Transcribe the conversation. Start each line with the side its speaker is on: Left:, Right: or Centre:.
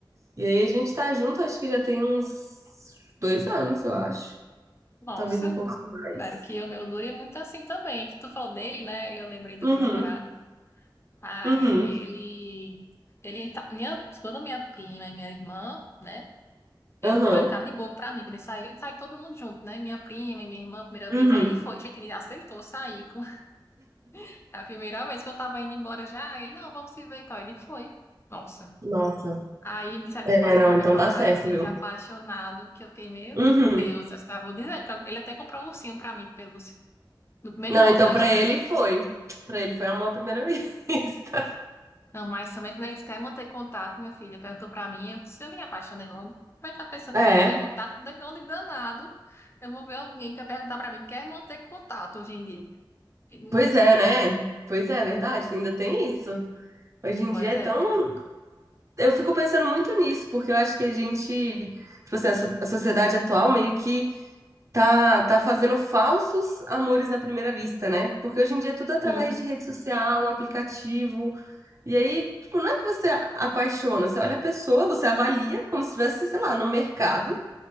Right: E aí a gente tá junto, acho que já tem uns dois anos, eu acho.
Left: Nossa,
Right: Talvez um pouco mais.
Left: espero que o meu dure muito assim também. Que tu falou dele, né? Eu lembrei do
Right: Uhum,
Left: meu namorado. Ah,
Right: uhum,
Left: e ele, ele tá, minha, quando minha prima e minha irmã, né? Ele
Right: uhum,
Left: ficava olhando cara de bobo pra mim, quando ele saiu, ele saiu todo mundo junto, né? Minha prima e minha irmã, a primeira
Right: uhum.
Left: vez, aí ele foi, gente, ele aceitou sair, com- <laughs> a primeira vez que eu tava indo embora já, ele, não, vamos se ver e tal, ele foi, nossa.
Right: Nossa.
Left: Aí disseram
Right: É,
Left: que ele ficava olhando
Right: não,
Left: pra
Right: então
Left: mim com
Right: dá
Left: a cara
Right: certo,
Left: assim,
Right: viu?
Left: de apaixonado, que eu fiquei, meu
Right: Uhum.
Left: Deus, eu estava dizendo, que ele até comprou um ursinho pra mim, de pelúcia, no primeiro
Right: Não,
Left: encontro
Right: então
Left: da
Right: pra
Left: gente.
Right: ele foi. Pra ele foi amor à primeira <laughs> vista.
Left: Não, mas também quando eles querem manter contato, minha filha perguntou pra mim, eu disse, eu me apaixonei logo. Como é que a pessoa quer
Right: É,
Left: manter contato? De onde danado? Eu vou ver alguém que vai perguntar pra mim, quer manter contato hoje em dia? E,
Right: pois é, né? Pois é, é verdade, ainda tem isso. Hoje em
Left: Pois
Right: dia é
Left: é,
Right: tão.
Left: eu fiquei louca.
Right: Eu fico pensando muito nisso, porque eu acho que a gente, tipo assim, a so- a sociedade atual meio que tá, tá fazendo falsos amores à primeira vista, né? Porque hoje em dia é tudo através
Left: sim,
Right: de rede social, aplicativo. E aí, tipo, não é que você apaixona, você olha a pessoa, você avalia como se estivesse, sei lá, num mercado,